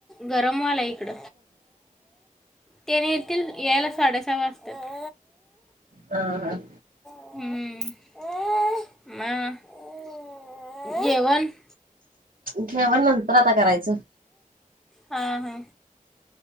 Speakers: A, in the centre; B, on the right.
A: गरमव्हालाय इकड, तेनी येतील यायला साडेसहा वाजत्यात.
B: <unintelligible> हा.
A: ह‌्म, मग जेवण.
B: उठल्यावर नंतर आता करायचं.
A: हा हा.